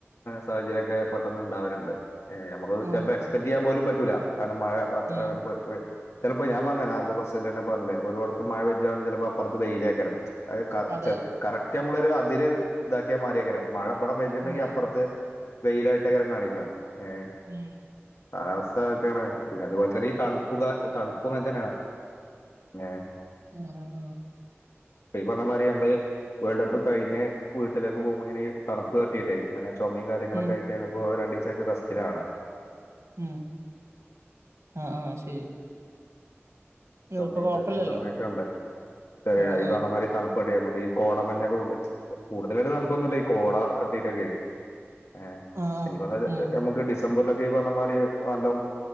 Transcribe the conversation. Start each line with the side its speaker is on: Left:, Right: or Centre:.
Left: സാഹചര്യം ഒക്കെ പെട്ടെന്ന് ഉണ്ടാവരുണ്ട്. ഏഹ്‌ ഞമ്മക്ക്
Right: ആഹ്
Left: ചെലപ്പോ എക്സ്പെക്ടെയ്യാൻ പോലും പറ്റൂല കാരണം മഴ അത്ര
Right: ഉം
Left: ഏഹ് ചിലപ്പോ ഞാൻ പറഞ്ഞേ നേരത്തെ ബസ്സൽന്നെ പറഞ്ഞില്ലേ ഒരുഓടത്ത് മഴ വെച്ചാണ് ചിലപ്പോപ്പറത്ത് വെയിലേക്കരം. അത് കറക്റ്റ്
Right: അതെ അതെ
Left: കറക്റ്റ് നമ്മള് ഒരു അതിര് ഇതാക്കിയ മാറിയെക്കാരം. മഴ ഇബടെ പെയ്ജണ്ടെങ്കി
Right: ഉം
Left: അപ്പറത്ത് വെയിലായിട്ടെകാരം കാണിക്കണ്. ഏഹ്
Right: ഉം
Left: കാലാവസ് ത്ത ഒക്കെ ആണ് പിന്നെ അതുപോലെ തന്നെ ഈ തണുപ്പുക തണുപ്പും അങ്ങനെ തന്നെയാണ് ഏഹ്‌.
Right: ആഹ് ആഹ്.
Left: പ്പീ പറഞ്ഞ മാതിരി ഞങ്ങള് വേൾഡ് കപ്പ് കഴിഞ്ഞ് വീട്ടിലേക്ക് പോവുമ്പോ ഇങ്ങനെ തണുപ്പ് തട്ടിട്ടേ ഇങ്ങനെ ചുമയും കാര്യങ്ങളൊക്കെ
Right: ഉം
Left: ആട്ട് ഇപ്പോ രണ്ട് ദിവസമായിട്ട് റസ്റ്റിലാണ്.
Right: ഉം ആഹ് ആഹ് ശരി.
Left: ചൊമയും
Right: ഇപ്പൊ കൊഴപ്പില്ലല്ലോ
Left: ചെറിയ ചൊമയൊക്കെ ഉണ്ട് ചെറിയ
Right: ആഹ്
Left: ഈ
Right: ആഹ്
Left: പറഞ്ഞ മായിരി തണുപ്പ് നമുക്ക് ഈ കോട മഞ്ഞൊക്കെ കൂടുതലട്ട് തണുപ്പൊന്നുമല്ല ഈ കോട തട്ടിട്ട് ഒക്കെ. ഏഹ്
Right: ആഹ് ആഹ്
Left: ഇനിപ്പ അതായത്
Right: ഉം
Left: ഞമ്മക്ക് ഡിസ് സംബറിലൊക്കെ ഈ പറമാതിരി നല്ല